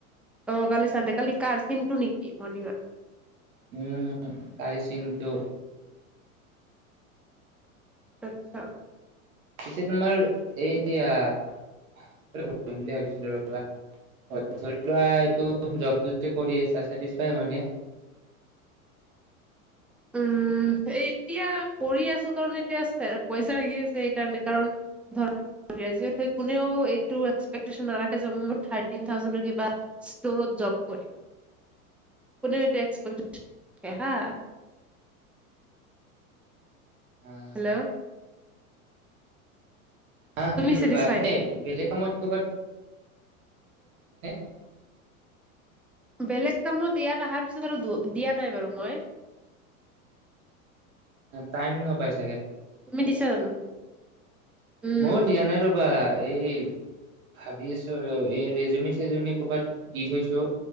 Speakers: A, in the centre; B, on the right.
A: অ কালি চানদে কালি কাৰ চিনটো নেকি মৰ্নিঙত
B: উম তাৰেই চিন্তু
A: আচ্ছা
B: এটিয়া তোমাৰ এইয়া বুলি ভাবিছিলো ৰবা ধৰি লোৱা এই যত ডিউটি কৰি আছা চেইছফাই নে? <unintelligible>
A: উম এতিয়া কৰি আছো কাৰণ এতিয়া পইচা লাগি আছে সেইকাৰণে কাৰণ ধৰ আজি কালি কোনেও এইটো এক্সটেপটেচন নাৰাখে যে মোৰ থাৰ্টি থাউজেণ্ড টো কিবা স্তৰত জব কৰিম
B: <unintelligible>
A: কোনে এতি এক্সপে্ট হা
B: <unintelligible>
A: হেল্ল'
B: আহ
A: তুমি
B: শুনি
A: চেটিছফাই
B: ৰবা এনে
A: নেকি?
B: বেলেগ কামত কৰ'বাত <unintelligible>
A: বেলেগ কামত ইয়াত অহাৰ পিছত আৰু দিয়া নাই বাৰু মই
B: টাইম নাপাইছো
A: তুমি দিছা জানো উম,
B: ময় দিয়া নাই ৰবা এই ভাবি আছো আৰু এই ৰেজমি চেজমি কৰ'বাত দি থৈছো